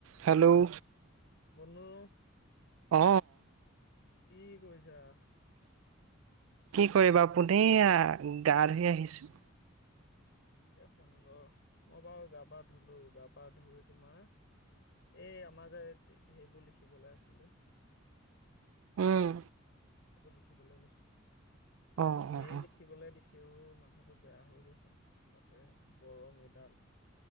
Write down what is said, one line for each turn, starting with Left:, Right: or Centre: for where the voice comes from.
Right: Hello
Left: বনো
Right: অ
Left: কি কৰিছা?
Right: কি কৰিবা পোনে আহ গা ধুই আহিছো।
Left: এ সুন্দৰ মই বাৰু গা পা ধুলো গা পা ধুই তোমাৰ এই আমাৰ যে সেইবোৰ লিখিবলৈ আছিলে
Right: উম
Left: এইবোৰ লিখিবলে লৈছো
Right: অ
Left: এইবোৰ ঢেৰ
Right: অ অ
Left: লিখিবলে দিছে। তেও মাথাটো বেয়া হৈ গৈছে তাতে গৰম এডাল